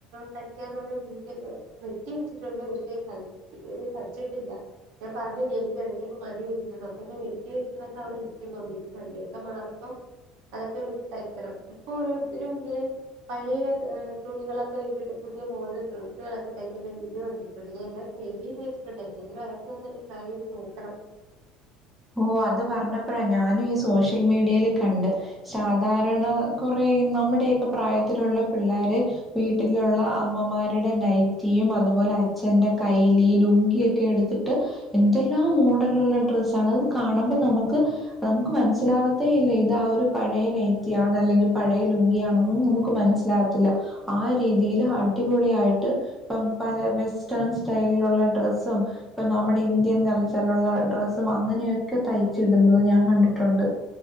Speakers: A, on the right; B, in the centre.
A: തയ്ക്കാന്നുള്ളത് എനിക്കൊക്കെ വെട്ടി വെച്ചിട്ടുണ്ട് പക്ഷെ ഇതുവരെ തയ്ച്ചിട്ടില്ല. ഞാൻ പറഞ്ഞില്ലേ എനിക്ക് ഇടക്ക് മടി പിടിച്ച അപ്പൊ ഞാൻ വെട്ടിടിച്ച അവിടെ ഇരിക്കുന്നുണ്ട് മടിയൊക്കെ മാറുമ്പോം. അതൊക്കെ വിട്ടി തയ്ക്കണം ഇപ്പൊ ഓരോരുത്തരും ഇല്ലേ പഴയ തുണികളൊക്കെ വെച്ചിട്ട് പുതിയ മോഡൽ ഡ്രസ്സ്‌കളൊക്കെ തയ്ക്കുന്ന വീഡിയോ കണ്ടി വീഡിയോ എല്ലാം സേവ് ചെയ്ത് വെച്ചട്ടുണ്ട് എങ്കിലും അതോക്ക ട്രൈ ചെയ്ത് നോക്കണം.
B: ഓ അത് പറഞ്ഞപ്പോഴാ ഞാനും ഈ സോഷ്യൽ മീഡിയൽ കണ്ട് സാധാരണ കൊറെ നമ്മുടെയൊക്കെ പ്രായത്തിലുള്ള പിള്ളോര് വീട്ടിലുള്ള അമ്മമാരുടെ നൈറ്റിയും അതുപോലെ അച്ഛന്റെ കൈലി ലുങ്കി കി എടുത്തിട്ട് എന്തെല്ലാം മോഡലിലുള്ള ഡ്രസ്സ് കളാ അത് കാണുമ്പോ നമുക്ക്, നമുക്ക് മനസ്സിലാകത്തേ ഇല്ല ഇത് ആ ഒരു പഴയ നൈറ്റി ആണ് അല്ലെങ്കിൽ പഴയ ലുങ്കിയാണെന്ന് നമുക്ക് മനസ് ത്തില്ല ആ രീതിൽ അടിപൊളിആയിട്ട് ഇപ്പം പല വെസ്റ്റേൺ സ്റ്റൈലിലുള്ള ഡ്രസ്സും ഇപ്പൊ നമ്മുടെ ഇന്ത്യൻ കൾച്ചറിലുള്ള ഡ്രസ്സ് അങ്ങനെയൊക്കെ തയ്ച്ചി ഇടുന്നത് ഞാൻ കണ്ടിട്ടുണ്ട്